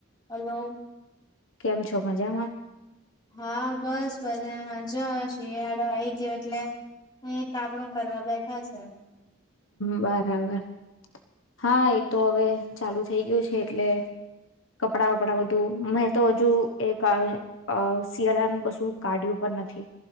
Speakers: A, on the left (about 20°); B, on the left (about 75°).
A: હલો.
B: કેમ છો મજામાં.
A: હા બસ બધાંમાં મજોઆ શિયાળો આઈ ગયો છે એટલે અહી તાપણું કરવા બેઠા છે.
B: બરાબર હા એતો હવે ચાલુ થઈ ગયું છે એટલે... કપડા વપડા બધું મેં તો હજુ એક અ શિયાળાનું કશું કાઢ્યું પણ નથી